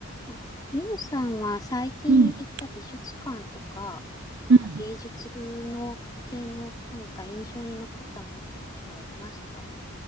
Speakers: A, on the left (about 20°); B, on the right (about 55°).
A: あみよさんは最近行った美術館とか、
B: うん。
A: なんか芸術の系の何か印象に残ったものとかってありますか
B: うん。